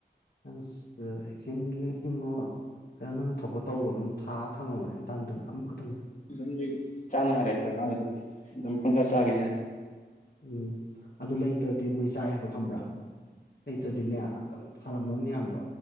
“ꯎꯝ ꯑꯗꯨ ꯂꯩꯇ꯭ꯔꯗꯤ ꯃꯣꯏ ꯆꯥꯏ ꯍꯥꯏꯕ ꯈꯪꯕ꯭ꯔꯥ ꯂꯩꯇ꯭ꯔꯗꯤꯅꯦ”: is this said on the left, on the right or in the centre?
Left